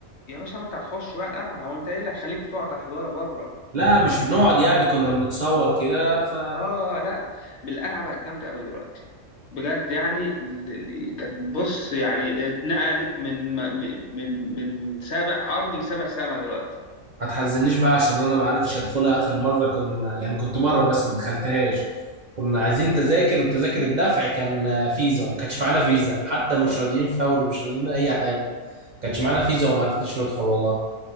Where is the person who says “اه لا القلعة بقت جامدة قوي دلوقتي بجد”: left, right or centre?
Left